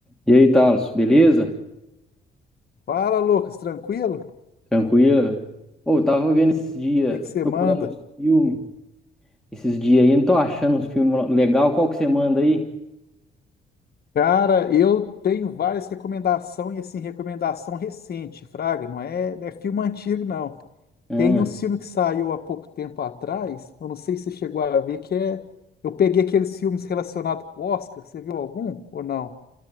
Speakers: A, in the centre; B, on the left.
A: E aí, Talos, beleza?
B: Fala, Lucas, tranquilo? O
A: Tranquilo? Ô, eu tava vendo esses dias,
B: que que
A: tô
B: você
A: procurando
B: manda?
A: uns filmes esses dias aí, não tô achando uns filmes legal. Qual que você manda aí?
B: Cara, eu tenho várias recomendações, e assim, recomendação recente, Fraga, não é, não é filme antigo, não.
A: Ah,
B: Tem um filme que saiu há pouco tempo atrás, eu não sei se você chegou a ver, que é. Eu peguei aqueles filmes relacionados com o Oscar, você viu algum ou não?